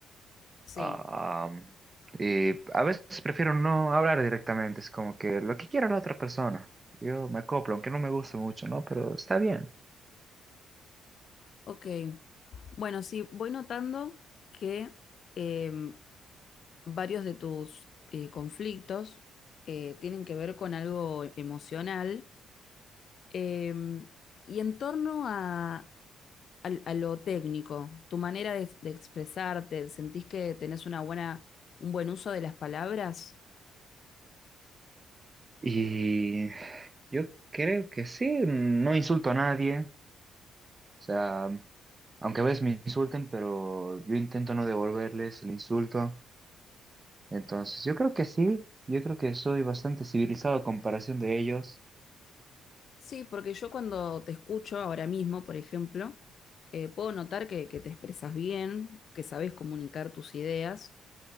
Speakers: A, on the left; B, on the right.
A: Sí,
B: ah, y a veces prefiero no hablar directamente, es como que lo que quiera la otra persona. Yo me acoplo, aunque no me guste mucho, ¿no? Pero está bien.
A: ok. Bueno, sí, voy notando que eh, varios de tus eh, conflictos eh, tienen que ver con algo emocional eh, y en torno a, al a lo técnico, tu manera de, de expresarte, ¿sentís que tenés una buena, un buen uso de las palabras?
B: Y yo creo que sí, no insulto a nadie. O sea, aunque a veces me insulten, pero yo intento no devolverles el insulto. Entonces, yo creo que sí, yo creo que soy bastante civilizado a comparación de ellos.
A: Sí, porque yo cuando te escucho ahora mismo, por ejemplo, eh, puedo notar que, que te expresas bien, que sabes comunicar tus ideas.